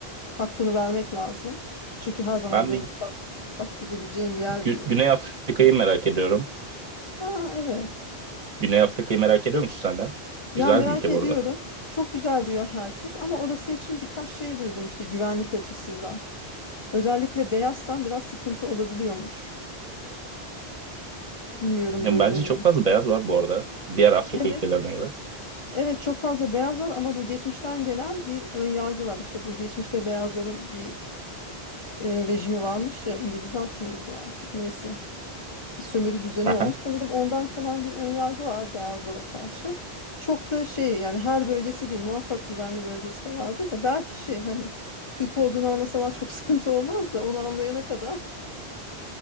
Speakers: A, on the left; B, on the right.
A: hakkını vermek lazım. Çünkü her zaman
B: Ben
A: böyle
B: bir
A: şat pat gidebileceğin bir yer
B: Gü-
A: değil.
B: Güney Afrika'yı merak ediyorum.
A: Ha, evet.
B: Güney Afrika'yı merak ediyor musun sen de?
A: Ya
B: Güzel
A: merak
B: bir ülke
A: ediyorum.
B: bu arada.
A: Çok güzel diyor herkes ama orası için birkaç şey duydum işte güvenlik açısından. Özellikle beyazsan biraz sıkıntı olabiliyormuş. Bilmiyorum
B: Ya
A: duydun
B: bence çok
A: mu?
B: fazla beyaz var bu arada. Diğer Afrika
A: Evet.
B: ülkelerine göre.
A: Evet çok fazla beyaz var ama bu geçmişten gelen bir ön yargı var. İşte bu geçmişte beyazların bir e, rejimi varmış ya İngilizler miydi artık neyse. bir sömürü düzeni
B: Aha,
A: olmuş. Sanırım ondan kalan bir önyargı var beyazlara karşı. Çok da şey yani her bölgesi değil muhakkak güvenli bölgesi de vardı da belki şey hani Türk olduğunu anlasalar çok <laughs> sıkıntı olmaz da onu anlayana kadar <laughs>